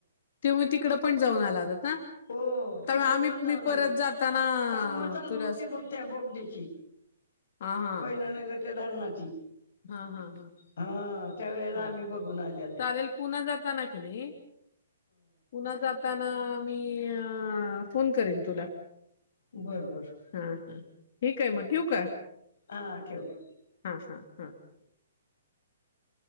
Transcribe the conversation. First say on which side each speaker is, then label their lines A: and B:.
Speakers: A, on the left (about 50°); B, on the left (about 70°).
A: ते मी तिकडं पण जाऊन आलात आता
B: हो तिकडं
A: आम्ही
B: पण जाऊन
A: मी परत
B: आलेत
A: जाताना
B: काम चालू
A: तुला
B: होती बघ त्या बोगदा ची
A: हां, हां.
B: कोयनानगरच्या धरणाची
A: हां, हां, हां,
B: हा त्यावेेळेला
A: हां.
B: आम्ही बघून आल्यालय
A: चालेल पुन्हा <unintelligible> पुन्हा जाताना मी - फोन करेन तुला
B: बर बर
A: हां, हां. ठीक आहे मग ठेवू का
B: हा ठेव
A: हां, हां, हां.